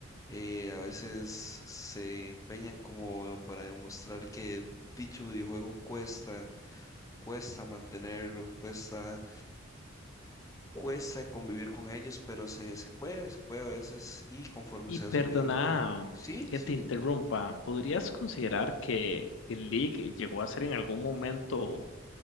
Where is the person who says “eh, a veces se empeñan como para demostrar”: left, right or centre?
Left